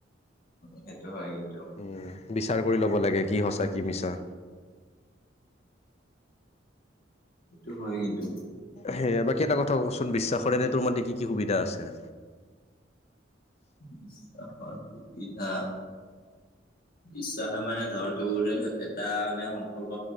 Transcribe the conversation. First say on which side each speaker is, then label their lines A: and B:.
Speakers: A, on the left; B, on the left.
A: সেইটো হয় কিন্তু।
B: উম বিচাৰ কৰি ল'ব লাগে কি সঁচাক কি মিছা
A: এইটো হয় কিন্ত।
B: সেয়ে বাকী এটা কথা কচোন বিশ্বাস কৰে ন তোৰ মতেে কি কি সুবিধা আছে।
A: বিশ্বাসৰ কি সুবিধা বিশ্বাসে মানে ধৰ তোৰ এটা মানে সম্পৰ্ক